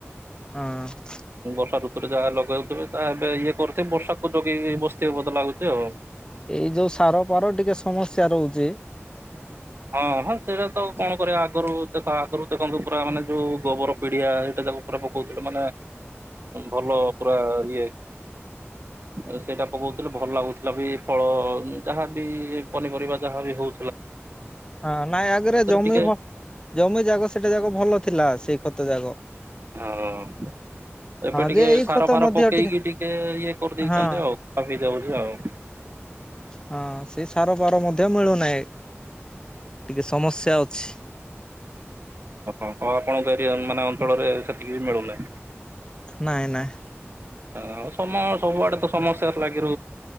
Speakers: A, on the left; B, on the right.
A: ହୁଁ
B: ବର୍ଷା ଋତୁରେ ଯାହା ଲଗେଇଉଥିବେ ତା ଏବେ ଇଏ କରୁଥିବେ ବର୍ଷାକୁ ଜଗି ବସ୍ତି ବ ଲାଗୁଛି ଆଉ
A: ଏଇ ଯୋଉ ସାର ପାର ଟିକେ ସମସ୍ୟା ରହୁଛି
B: <inaudible> ହଁ ହଁ ସେଇଟା ତ କଣ କରିବା ଆଗରୁ ଦେ ଆଗରୁ ଦେଖନ୍ତୁ ପୁରା ମାନେ ଯୋଉ ଗୋବର ପିଡିଆ ସେଇଟା ଉପରେ ପକଉଥିଲେ ମାନେ ଭଲ ପୁରା ଇଏ ଆ ସେଇଟା ପକଉଥିଲେ ଭଲ ଲାଗୁଥିଲା ବି ଫଳ ଯାହାବି ପନିପରିବା ଯାହାବ ହଉ
A: ହଁ ନାଇଁ ଆଗରେ ଜମି
B: ଟିକେ
A: ଜମି ଜାଗ ସେଟା ଯାକ ଭଲ ଥିଲା ସେଇ ଖତ ଯାଗ
B: ହଁ ଏବେ ଟିକେ
A: ଯେ ଏଇ
B: ସାର
A: ଖତ
B: ଫାର
A: ମଧ୍ୟ
B: ପକେଇକି ଟିକେ ଇଏ କରିଦେଇଛନ୍ତି
A: ହଁ
B: ଆଉ କପି ଦଉଛି ଆଉ <inaudible>
A: ହଁ ସେ ସାର ପାର ମଧ୍ୟ ମିଳୁନାହିଁ ଟିକେ ସମସ୍ୟା ଅଛି
B: ଓହୋ ଆପଣଙ୍କ ଏରିଆ ମାନେ ଅଞ୍ଚଳରେ ସେତିକି ବି ମିଳୁନାହିଁଉ
A: ନାଇଁ ନାଇଁ
B: ସମ ସବୁଆଡେ ତ ସମସ୍ତ ଲାଗି ର